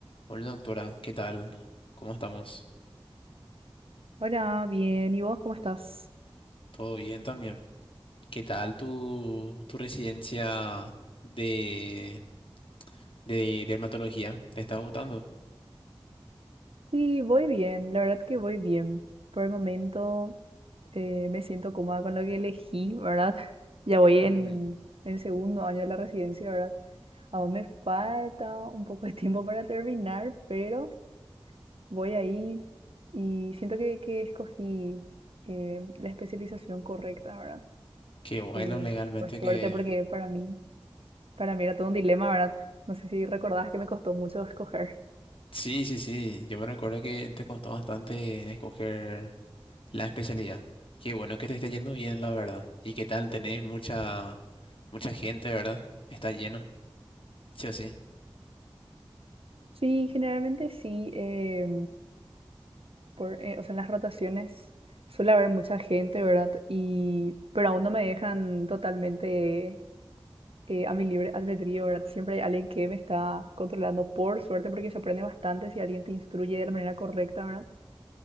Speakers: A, on the left; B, on the right.
A: Hola doctora, ¿qué tal? ¿Cómo estamos?
B: Hola, bien. ¿Y vos cómo estás?
A: ¿Todo bien también? ¿Qué tal tu, tu residencia de, de dermatología? ¿Te está gustando?
B: Sí, voy bien. La verdad que voy bien. Por el momento eh, me siento cómoda con lo que elegí, ¿verdad? <laughs> Ya voy
A: Ujú.
B: en el segundo año de la residencia, ¿verdad? Aún me falta un poco de tiempo para terminar, pero voy ahí y siento que, que escogí eh, la especialización correcta, ¿verdad?
A: Qué bueno
B: Eh,
A: legalmente
B: por suerte,
A: que...
B: porque para mí, para mí era todo un dilema, ¿verdad? No sé si recordabas que me costó mucho escoger.
A: Sí, sí, sí, yo me recuerdo que te costó bastante escoger la especialidad. Qué bueno que te esté yendo bien, la verdad. ¿Y qué tal? Tenés mucha, mucha gente, ¿verdad? Está lleno, sí o sí.
B: Sí, generalmente sí. eh, por, eh, o sea, en las rotaciones suele haber mucha gente, ¿verdad? Y, pero aún no me dejan totalmente eh, a mi libre albedrío, ¿verdad? Siempre hay alguien que me está controlando, por suerte, porque se aprende bastante si alguien te instruye de la manera correcta, ¿verdad?